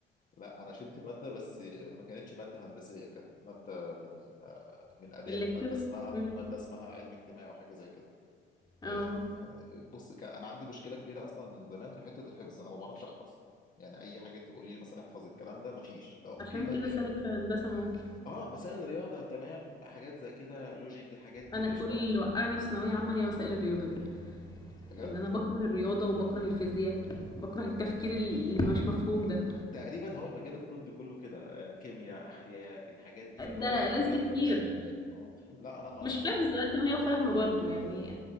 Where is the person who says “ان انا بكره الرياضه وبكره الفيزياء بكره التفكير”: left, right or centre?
Left